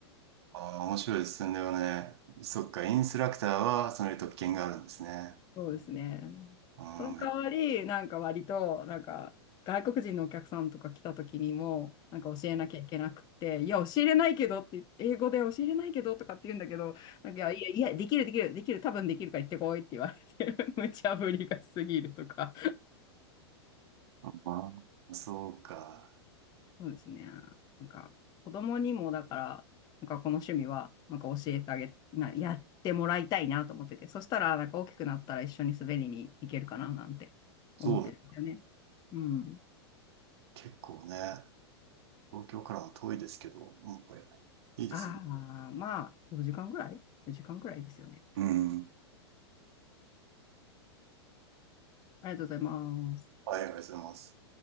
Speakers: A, on the right (about 70°); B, on the left (about 30°).
A: ああ、面白いですね。でもね、そっか、インストラクターはその特権があるんですね。
B: そうですね。
A: うん。
B: その代わり、
A: はい。
B: なんか割と、なんか外国人のお客さんとか来た時にも、なんか教えなきゃいけなくて、いや、教えれないけどって言って、英語で教えれないけどとかって言うんだけど、なんかいや、いや、できる、できる、できる、多分できるから言ってこいって言われて、<laughs> 無茶ぶりが過ぎるとか。
A: まあ、そうか。
B: そうですね。なんか、子供にもだから、なんかこの趣味は、なんか教えてあげ、な、やってもらいたいなと思ってて、そしたら、なんか大きくなったら一緒に滑りに行けるかななんて思ってるんだよね。
A: そう、
B: うん。
A: 結構ね。東京からは遠いですけど、モンぱルね。いいですよ。
B: ああ、まあ、4時間ぐらい ?4 時間ぐらいですよね。
A: うん。うん。
B: ありがとうございます。
A: はい、ありがとうございます。